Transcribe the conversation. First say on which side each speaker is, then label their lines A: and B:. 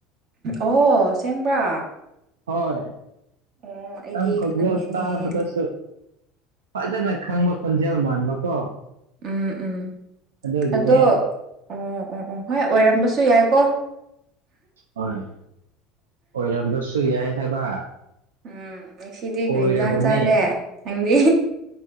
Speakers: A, on the right (about 50°); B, on the right (about 80°).
A: ꯑꯣ ꯑꯁꯦꯡꯕ꯭ꯔꯥ
B: ꯍꯣꯏ
A: ꯑꯣ ꯑꯩꯗꯤ
B: ꯅ‌ꯦ ꯈ‌ꯣꯟꯖ‌ꯦꯜ
A: ꯈꯪꯗꯦꯅꯦ
B: ꯇꯕꯗꯁꯨ ꯐꯖꯅ ꯈꯪꯕ ꯈꯣꯟꯖꯦꯜ ꯃꯥꯟꯕꯀꯣ
A: ꯎꯝ ꯎꯝ
B: ꯑꯗꯨꯒꯤꯅꯦ
A: ꯑꯗꯣ ꯎꯝ ꯎꯝ ꯍꯣꯏ ꯑꯣꯏꯔꯝꯕꯁꯨ ꯌꯥꯏꯀꯣ
B: ꯍꯣꯏ ꯑꯣꯏꯔꯝꯕꯁꯨ ꯌꯥꯏ ꯍꯥꯏꯕ
A: ꯎꯝ ꯉꯁꯤꯗꯤ
B: ꯑꯣꯏꯔꯕꯅꯦ
A: ꯀꯔꯤ ꯏꯟꯖꯥꯡ ꯆꯥꯔꯦ ꯅꯪꯗꯤ